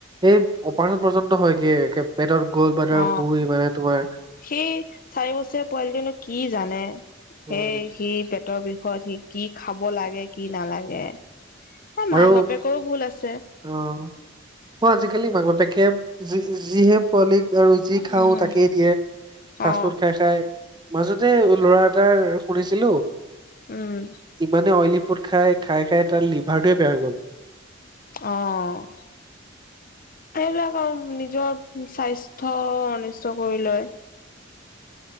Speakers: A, on the right; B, on the left.
A: এই অপাৰেচন পৰ্যন্ত হয়গে একে। পেটত গ'ল্ডবাল্ডাৰ
B: অ
A: হৈ মানে তোমাৰ
B: সেই চাৰি বছৰীয়া পোৱালিটো নো, কি জানে
A: উম
B: হে সি পেটৰ বিষত সি কি খাব লাগে কি নালাগে, এ
A: আৰু
B: মাক বাপেকৰো ভুল আছে।
A: অ', ম আজিকালি মাক বাপেকে যি, যিহে পোৱালিক আৰু যি খাওঁ
B: উম
A: তাকেই দিয়ে। ফাষ্ট
B: অ
A: ফুড খাই খাই মাজতে ল'ৰা এটাৰ শুনিছিলোঁ
B: উম।
A: ইমানে অইলী ফুড খাই, খাই খাই তাৰ লিভাৰটোৱে বেয়া হৈ গ'ল।
B: অ'। এইবিলাক আৰু নিজৰ স্বাস্থ্য অনিষ্ট কৰি লয়।